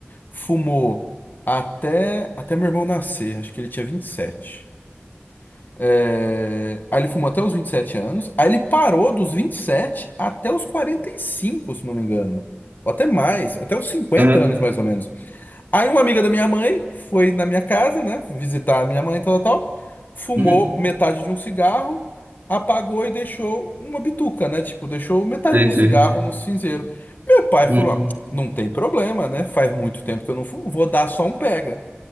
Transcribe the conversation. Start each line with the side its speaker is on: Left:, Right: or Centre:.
Left: Fumou até, até meu irmão nascer, acho que ele tinha 27. É, Aí ele fumou até os 27 anos. Aí ele parou dos 27 até os 45, se não me engano. Ou até mais, até os cinquenta
Right: Aham.
Left: anos mais ou menos. Aí uma amiga da minha mãe foi na minha casa, né? Visitar a minha mãe, tal, tal. tal, Fumou
Right: Uhum.
Left: metade de um cigarro, apagou e deixou uma bituca, né? Tipo, deixou metade
Right: Sei,
Left: de um
Right: sei.
Left: cigarro no cinzeiro. Meu pai
Right: Uhum.
Left: falou: "Ah, não tem problema, né? Faz muito tempo que eu não fumo, vou dar só um pega.